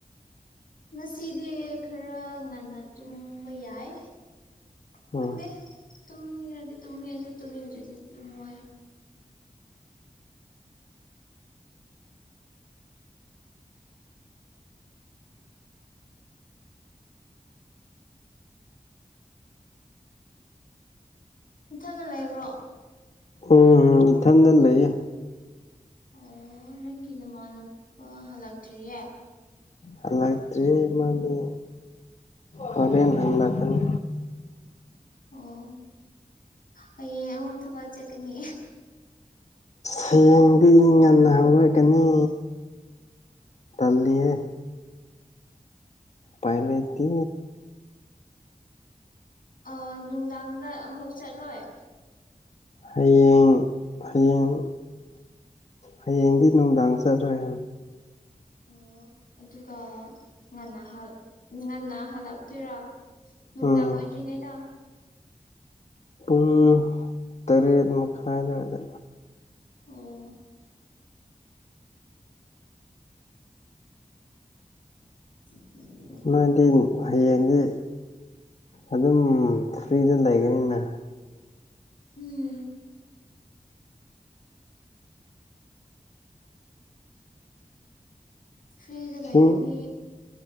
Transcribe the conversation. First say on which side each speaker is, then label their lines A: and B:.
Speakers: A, on the left; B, on the left.
A: ꯉꯁꯤꯗꯤ ꯈꯔ ꯉꯟꯅ ꯇꯨꯝꯕ ꯌꯥꯏ
B: ꯎꯝ
A: ꯈꯪꯗꯦ ꯇꯨꯝꯅꯤꯡꯉꯗꯤ ꯇꯨꯝꯅꯤ ꯑꯗꯨ ꯇꯨꯝꯅꯤꯡꯗ꯭ꯔꯗꯤ ꯇꯨꯝꯃꯣꯏ ꯅꯊꯟꯇ ꯂꯩꯕꯔꯣ
B: ꯎꯝ ꯏꯊꯟꯗ ꯂꯩꯌꯦ
A: ꯑꯣ ꯅꯪꯒꯤ ꯅꯃꯥꯟꯅꯕ ꯍꯜꯂꯛꯇ꯭ꯔꯤꯌꯦ
B: ꯍꯜꯂꯛꯇ꯭ꯔꯤ ꯃꯥꯗꯤ ꯍꯣꯔꯦꯟ ꯍꯜꯂꯛꯀꯅꯤ
A: ꯑꯣ ꯍꯌꯦꯡ ꯑꯃꯨꯛ ꯊꯕꯛ ꯆꯠꯀꯅꯤ
B: ꯍꯌꯦꯡꯗꯤ ꯉꯟꯅ ꯍꯜꯂꯛꯀꯅꯤ ꯇꯜꯂꯤꯍꯦ ꯎꯄꯥꯏ ꯂꯩꯇꯦ
A: ꯑ ꯅꯨꯡꯗꯥꯡꯗ ꯑꯃꯨꯛ ꯆꯠꯂꯣꯏ
B: ꯍꯌꯦꯡ ꯍꯌꯦꯡ ꯍꯌꯦꯡꯗꯤ ꯅꯨꯡꯗꯥꯡ ꯆꯠꯔꯣꯏ
A: ꯑꯣ ꯑꯗꯨꯒ ꯉꯟꯅ ꯍꯜ ꯉꯟꯅ ꯍꯜꯂꯛꯇꯣꯏꯔꯥ ꯅꯨꯡꯗꯥꯡ
B: ꯎꯝ
A: ꯑꯣꯏꯗ꯭ꯔꯤꯉꯩꯗ
B: ꯄꯨꯡ ꯇꯔꯦꯠ ꯃꯈꯥꯏ ꯑꯗꯨꯋꯥꯏꯗ
A: ꯑꯣ <inaudible>
B: ꯅꯣꯏꯗꯤ ꯍꯌꯦꯡꯗꯤ ꯑꯗꯨꯝ ꯐ꯭ꯔꯤꯗ ꯂꯩꯒꯅꯤꯅ
A: ꯎꯝ ꯐ꯭ꯔꯤꯗ
B: ꯁꯤꯡ
A: ꯂꯩꯒꯅꯤ